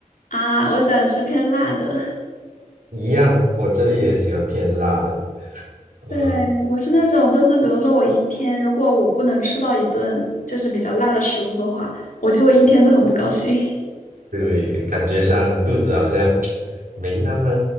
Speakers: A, on the left; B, on the right.
A: 啊，我喜欢吃偏辣的。
B: 一样，我这里也喜欢偏辣的。
A: <laughs>
B: 呃，
A: 对，我是那种，就是比如说我一天如果我不能吃到一顿就是比较辣的食物的话，我就会一天都很不高兴。<laughs>
B: 对，感觉上肚子好像没那么